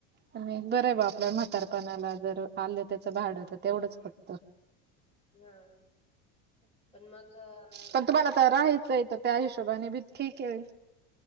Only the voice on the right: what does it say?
आणि बरं आहे बा आपल्या म्हातारपणाला जर आलं त्याचं भाडं तर तेवढंच फक्त
पण तुम्हाला
तर राहायचं आहे तर त्या हिशोबाने बी ठीक आहे.